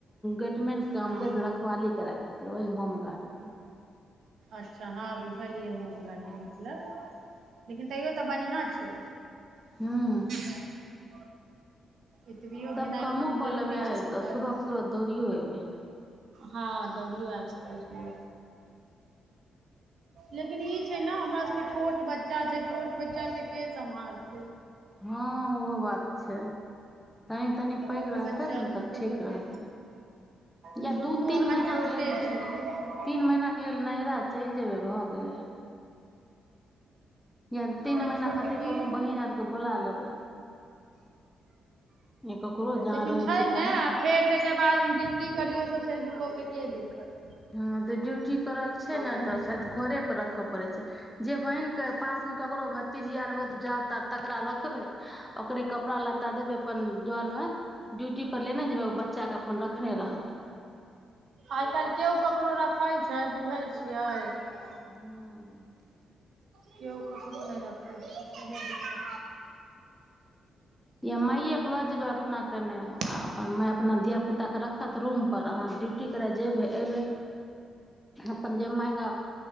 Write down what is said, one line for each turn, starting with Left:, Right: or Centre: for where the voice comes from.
Centre: गेट मेन काम
Right: हँ
Centre: देत रखवाली करय खातिर तऽ ओही होमगार्ड होलै
Right: अच्छा हँ बुझलियै होमगार्डके मतलब लेकिन तैयो तऽ बढ़ियाँ छै
Centre: हूँ
Right: <unintelligible> एतबियो
Centre: सभ
Right: भेनाइ
Centre: कामो कऽ
Right: जरूरी
Centre: लेबै आइ
Right: छै सरकारीमे
Centre: सुबह क सुबह दौड़ियो एबै
Right: हँ दौड़ियो आबि सकै छी लेकिन ई छै न हमरा सबके छोट बच्चा छै छोट बच्चा के के सम्हार
Centre: हँ ओहो बात छै तनी तनी
Right: छोट
Centre: पैघ रहत
Right: बच्चा
Centre: ने
Right: दू
Centre: तखन
Right: दूगो
Centre: ठीक
Right: के
Centre: रहत रहय
Right: दुनू
Centre: या दू तीन
Right: एखन
Centre: महीना
Right: छोटे
Centre: केँ
Right: छै बुझलियै
Centre: लेल नैहरा चलि जाय। भऽ गेलै। या तीन
Right: अखन
Centre: महीना
Right: छोटकी
Centre: खातिर कोनो बहिन आरके बोला लेबै या ककरो जहाँ
Right: लेकिन
Centre: रहै
Right: छै
Centre: छियै
Right: ने
Centre: तहाँ
Right: आ फेर ताहिके बाद ड्यूटी करियौ तऽ फेर दगो के के <unintelligible> देब ख <unintelligible>
Centre: हँ तऽ ड्यूटी करयकेँ छै ने
Right: भऽ
Centre: तऽ
Right: जाइ
Centre: शायद
Right: छै
Centre: घरे पर रखय पड़य छैक। जे बहिनक केँ पास ककरो भतीजी हो जाउ त तकरा रखबय ओकरे कपड़ा लत्ता देबय अपन जर में ड्यूटी पर लेने जेबय! बच्चाकेँ अपन रखने रहत।।
Right: आइ काल्हि केओ ककरो रखैत छै बुझैय छियैक।
Centre: हुं <inaudible>
Right: केओ ककरो नहि रखैत अछि।
Centre: या माइएकेँ लऽ जयबै अपना कनेऽ आ
Right: छै
Centre: अपन माय अपना धियापुताकेँ रखत रूमपर अहाँ ड्यूटी करय जयबै अयबै अपन जे मायके